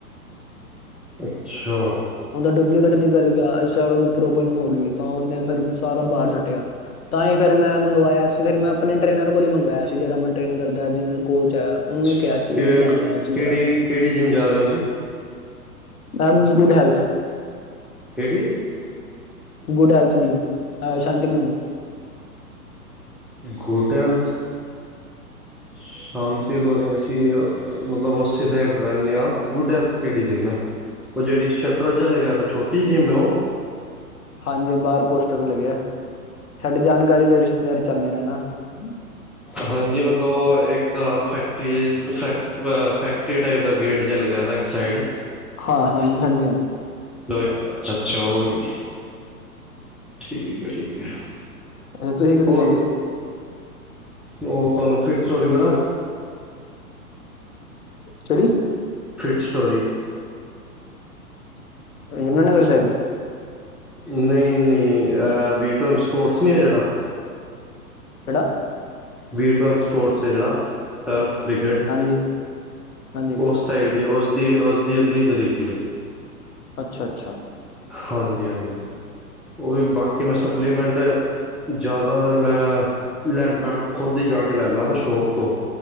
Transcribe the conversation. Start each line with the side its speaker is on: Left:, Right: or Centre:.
Centre: ਅੱਛਾ।
Left: ਉਹਦਾ ਡੁਪਲੀਕੇਟ, ਨਿਕਲ ਗਿਆ ਇਸ ਉਹਨੂੰ ਪ੍ਰੋਬਲਮ ਹੋ ਗਈ, ਤਾਂ ਉਹਨੇ ਫਿਰ ਸਾ ਬਾਹਰ ਸੁੱਟਿਆ ਤਾਂ ਹੀ ਫ਼ਿਰ ਮੈਂ ਮੰਗਵਾਇਆ ਸੀ। ਫਿਰ ਮੈਂ ਆਪਣੇ ਟ੍ਰਰੇਨਰ ਕੋਲ ਹੀ ਮੰਗਵਾਇਆ ਸੀਮ ਜਿਹੜਾ ਮੈੂੰ੍ਰਰੇਨ ਕਰਦਾ ਜਿਹ ਕੋਲਚ ਹੈਗਾ। ਉਹਨੂੰ
Centre: ਅੱਛਾ।
Left: ਕਿਹਾ ਸੀ
Centre: ਕਿ
Left: ਉਹੀ ਲੈ ਗਿਆ ਚ ਮੇਰਾ।
Centre: ਕਿਹੜੀ ਕਿਹੜੀ ਜਿੰਮ ਜਾ ਰਹੇ ਹੋ ਤੁਸੀਂ
Left: ਨਾਮ ਕਂ ਡੇ ਹੱਲ
Centre: ਕਿਹੜੀ
Left: ਗੁਡਲਥਨ ਸ਼ਾਂਤੀ ਕੂਨ
Centre: ਗੋਟਲ ਸ਼ਾਂਤੀ ਲਣੀ ਅਸੀਂ ਮਤਲਬ ਉਸੇ ਸਾਈਡ ਰਹਿੰਦੇ ਹਾਂ ਗੁੱਡ ਹੈਲਥ ਕਿਹੜੀ ਜਿੰਮ ਹੈ। ਉਹ ਜਿਹੜੀ ਸ਼ਟਰ ਜਿ ਲਗਿਆ ਤੇ ਛੋਟੀ ਜਿ ਮੈਂ ਉਹ।
Left: ਹਾਂਜੀ। ਬਾਹਰ ਪੋਸਟਰ ਤੋਂ ਲੱਗੇ ਆ ਸਾਡੀ ਜਾਣਕਾਰੀ ਚ ਰਿਸ਼ਤੇਦਾਰ ਚੱਲਦੇ ਨੇ ਹਨਾ। <unintelligible>
Centre: ਹਾਂਜੀ। ਮਤਲਬ ਉਹ ਇੱਕ ਤਰ੍ਹਾਂ ਦਾ ਫੈਕਟਰੀ ਫੈਕ ਅ ਫੈਕਟਰੀ ਟਾਈਪ ਦਾ ਗੇਟ ਜਿ ਲ ਗਿਆ ਇੱਕ ਸਾਈਡ।
Left: ਹਾਂ। ਹਾਂਜੀ ਹਾਂਜੀ, ਹਾਂਜੀ।
Centre: ਅੱਛਾ ਅੱਛਾ ਹੋਲੀ। ਠੀਕ ਹੈ, ਠੀਕ ਹੈ
Left: ਅੱਛਾ ਤੁਸੀਂ ਕਿਹੜੀ
Centre: ਹੋਰ
Left: ਜਾਂਦੇ ਹੋ
Centre: ਉਹ ਤੁਹਾਨੂੰ ਫਿਟ ਚੋਰੀ ਪਤਾ
Left: ਕਿਹੜੀ?
Centre: Fit story.
Left: Yamuna Nagar side.
Centre: ਨਈ-ਨਈ ਅ ਵੀ ਟੋਨ ਸਪੋਰਟਸ ਨੀ ਐ ਜਿਹੜਾ।
Left: ਕਿਹੜਾ?
Centre: ਵੀ ਟੂ ਐੱਮ ਸਪੋਰਟਸ ਏ ਜਿਹੜਾ ਟਰਫ ਕ੍ਰਿਕਟ।
Left: ਹਾਂਜੀ ਹਾਂਜੀ
Centre: ਉਸ ਸਾਈਡ ਈ ਉਸਦੀ-ਉਸਦੀ ਅਗਲੀ ਗਲੀ 'ਚ ਐ।
Left: ਅੱਛਾ-ਅੱਛਾ।
Centre: ਹਾਂਜੀ-ਹਾਂਜੀ ਉਹ ਵੀ ਬਾਕੀ ਮੈਂ ਸਪਲੀਮੈਂਟ, ਜ਼ਿਆਦਾ ਦਰਸਲ ਮੈਂ ਲੈਨਾ ਖੁਦ ਈ ਜਾ ਕੇ ਲੈਂਨਾ ਵਾ ਸ਼ੋਪ ਤੋਂ।